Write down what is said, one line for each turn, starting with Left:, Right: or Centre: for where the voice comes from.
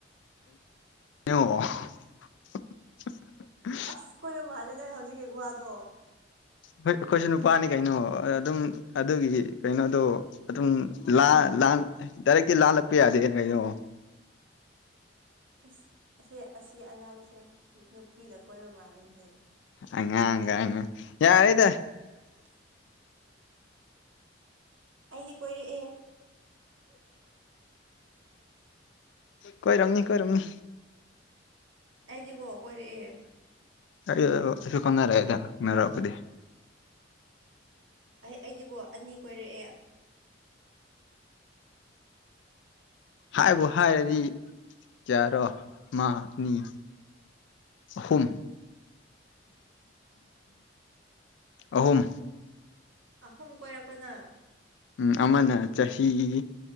Left: ꯀꯩꯅꯣ <unintelligible>
Right: ꯑꯁ ꯀꯣꯏꯔꯣ ꯃꯥꯂ ꯅꯪ ꯍꯧꯖꯤꯛꯀꯤ ꯋꯥꯗꯣ
Left: ꯍꯣꯏ ꯑꯩꯈꯣꯏꯁꯨ ꯅꯨꯄꯥꯅꯤ ꯀꯩꯅꯣ ꯑꯗꯨꯝ ꯑꯗꯨꯒꯤ ꯀꯩꯅꯣꯗꯣ ꯑꯗꯨꯝ ꯂꯥꯟ ꯂꯥꯟ ꯗꯥꯏꯔꯦꯛꯇꯤ ꯂꯥꯜꯂꯛꯄ ꯌꯥꯗꯦ ꯀꯩꯅꯣ
Right: ꯁ ꯑꯁꯤ ꯑꯁꯤ ꯑꯉꯥꯡꯁꯦ ꯅꯨꯄꯤꯒ ꯀꯣꯏꯕ ꯃꯥꯜꯂꯤꯅꯦ
Left: ꯑꯉꯥꯡꯒꯥꯏꯅ ꯌꯥꯔꯦꯗ
Right: ꯌꯥ ꯍꯥꯏꯗ ꯑꯩꯗꯤ ꯀꯣꯏꯔꯛꯑꯦ
Left: ꯎ ꯀꯣꯏ ꯔꯝꯅꯤ ꯀꯣꯏ ꯔꯝꯅꯤ
Right: ꯑꯩꯗꯤꯀꯣ ꯀꯣꯏꯔꯛꯑꯦ
Left: ꯑꯩꯁꯨꯨꯀꯅꯥꯔꯦ ꯍꯥꯏꯗꯥꯏ ꯍꯪꯅꯔꯛꯄꯗꯤ
Right: ꯑꯩ ꯑꯩꯗꯤꯀꯣ ꯑꯅꯤ ꯀꯣꯏꯔꯛꯑꯦ
Left: ꯍꯥꯏꯕꯨ ꯍꯥꯏꯔꯗꯤ ꯆꯔꯣ ꯃꯥꯅꯤ ꯑꯍꯨꯝ ꯑꯍꯨꯝ
Right: ꯑꯍꯨꯝ ꯀꯣꯏꯔꯛꯄꯅ
Left: ꯎꯝ ꯑꯃꯅ ꯆꯍꯤ